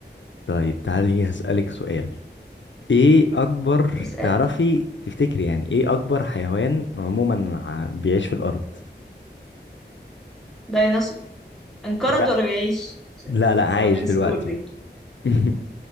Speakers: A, on the left (about 80°); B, in the centre.
A: طيب تعالي هسألك سؤال ايه اكبر
B: اسالني
A: تعرفي تفتكري يعني ايه اكبر حيوان عموما ع- بيعيش في الارض
B: ديناصور انقرض
A: لا
B: ولا بيعيش عشان
A: لا لا عايش
B: أسئلة بين السطور
A: دلوقتي
B: دي
A: <laughs>